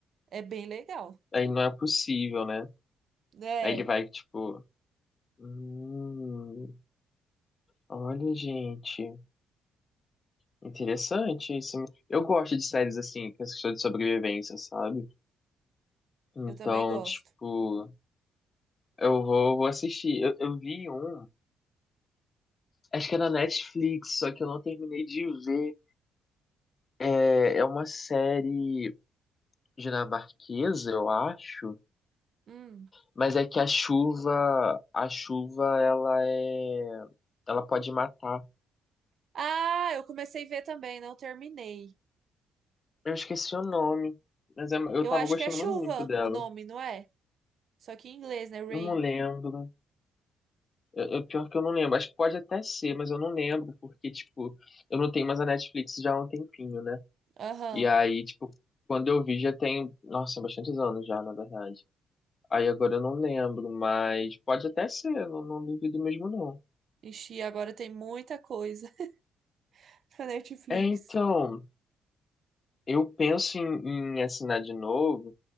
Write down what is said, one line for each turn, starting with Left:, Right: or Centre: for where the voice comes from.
Right: É bem legal.
Left: Aí não é possível, né?
Right: É,
Left: Aí ele vai, tipo. Hum, olha, gente. Interessante isso. Eu gosto de séries assim, que são de sobrevivência, sabe? Então,
Right: eu também gosto.
Left: tipo, eu vou, vou assistir. Eu, eu vi um, acho que é na Netflix, só que eu não terminei de ver. É, é uma série. dinamarquesa, eu acho,
Right: Hum.
Left: mas é que a chuva, a chuva ela é, ela pode matar.
Right: Ah, eu comecei a ver também, não terminei.
Left: Eu esqueci o nome, mas é- eu
Right: Eu
Left: tava
Right: acho
Left: gostando
Right: que é chuva
Left: muito dela.
Right: o nome, não é? Só que em inglês, né? Rain.
Left: Eu não lembro. Eu, eu- pior que eu não lembro. Acho que pode até ser, mas eu não lembro, porque, tipo, eu não tenho mais a Netflix já há um tempinho, né?
Right: Aham.
Left: E aí, tipo, quando eu vi já tem, nossa, bastantes anos já, na verdade. Aí agora eu não lembro, mas pode até ser, eu não, não duvido mesmo não.
Right: Ixi, agora tem muita coisa <laughs> na Netflix.
Left: É, então, Eu penso em, em assinar de novo,